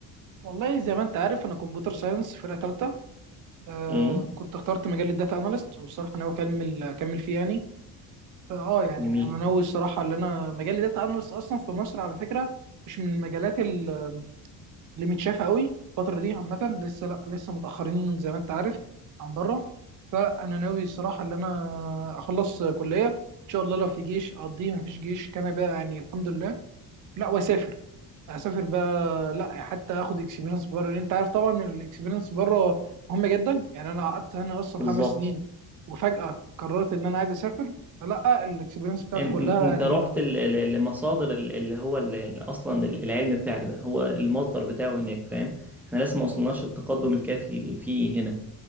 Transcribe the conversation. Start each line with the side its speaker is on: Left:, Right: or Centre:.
Right: والله زي ما انت عارف انا كمبيوتر ساينس فرقه ثالثه آه
Centre: امم
Right: كنت اخترت مجال الداتا اناليست والصراحه ناوي اكمل اكمل فيه يعني اه يعني
Centre: جميل
Right: انا ناوي الصراحه ان انا مجال الداتا اناليست اصلا في مصر على فكره مش من المجالات ال- اللي متشافه قوي الفتره دي عامه لسه لا لسه متاخرين زي ما انت عارف عن بره فانا ناوي الصراحه ان انا اخلص كليه ان شاء الله لو في جيش اقضيه مفيش جيش كان بقى يعني الحمد لله لا واسافر هسافر بقى لا حتى اخد اكسبيرينس بره لان انت عارف طبعا ان الاكسبيرينس بره مهمه جدا يعني انا قعدت هنا اصلا
Centre: بالظبط
Right: خمس سنين وفجاه قررت ان انا عايز اسافر فلا الاكسبيرينس بتاعتي
Centre: إن- إن-
Right: كلها
Centre: انت
Right: يعني
Centre: رحت ال- ال- لمصادر ال- اللي هو ال- ال- اصلا ال- العلم بتاعك ده هو المصدر بتاعه هناك فاهم احنا لسه ما وصلناش التقدم الكافي فيه هنا